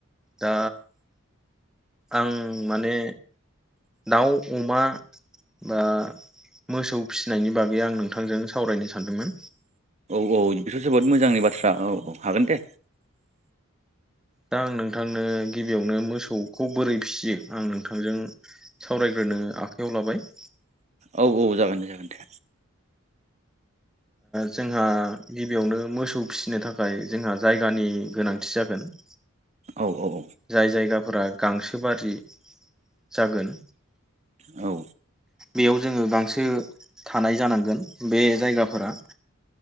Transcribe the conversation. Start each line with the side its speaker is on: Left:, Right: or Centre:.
Centre: दा आं माने दाउ अमा, बा मोसौ फिसिनायनि बागै आं नोंथांजों सावरायनो सानदोंमोन।
Right: औ बेथ' जोबोद मोजांनि बाथ्रा औ औ हागोन दे।
Centre: दा आं नोंथांनो गिबियावनो मोसौखौ बोरै फिसियो आं नोंथांजों सावरायग्रो नो आखयाव लाबाय।
Right: औ औ जागोन दे जागोन दे।
Centre: जोंहा गिबियावनो मोसौ फिसिनो थाखाय जोंहा जायगानि गोनांथि जागोन। <unintelligible>
Right: औ औ
Centre: जाय जायगाफोरा गांसो बारि जागोन।
Right: औ
Centre: बेयाव जोङो गांसो थानाय जानांगोन बे जायगाफोरा